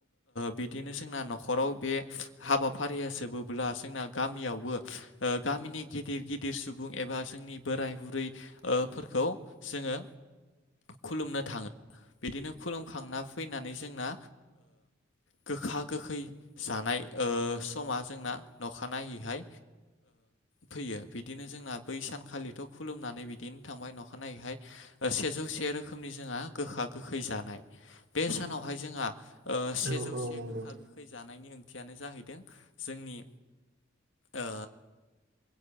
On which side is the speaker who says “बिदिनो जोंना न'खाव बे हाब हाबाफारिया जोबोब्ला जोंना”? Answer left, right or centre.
Left